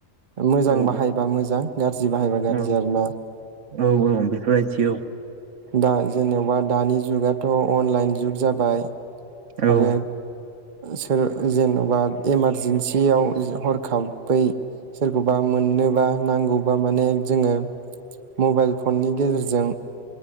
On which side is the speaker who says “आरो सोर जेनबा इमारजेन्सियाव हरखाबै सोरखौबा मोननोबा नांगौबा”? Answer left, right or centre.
Right